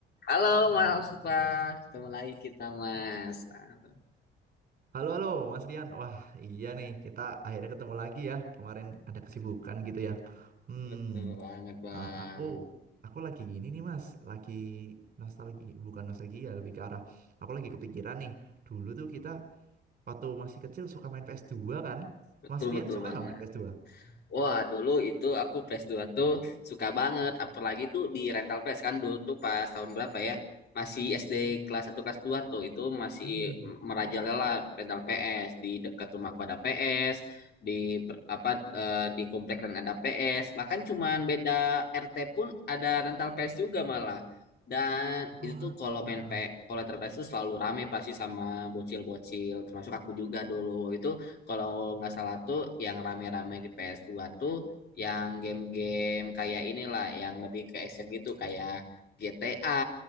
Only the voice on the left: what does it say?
Halo Mas Pak, ketemu lagi kita Mas. Ah,
Betul banget Bang,
betul
betul
banget.
Wah, dulu itu aku PS 2 tuh suka banget. Apalagi tuh di rental PS kan dulu tuh pas tahun berapa ya? Masih SD kelas satu kelas 2 tuh itu masih
merajalela rental PS. Di dekat rumahku ada PS, di per- apa eh, di komplek lain ada PS. Bahkan cuman beda RT pun ada rental PS juga malah. Dan
itu tuh kalau
main P, kalau rental PS tuh selalu rame pasti sama bocil-bocil termasuk aku juga dulu. Itu kalau nggak salah tuh yang rame-rame di PS2 tuh yang game-game kayak inilah yang lebih ke action gitu kayak GTA,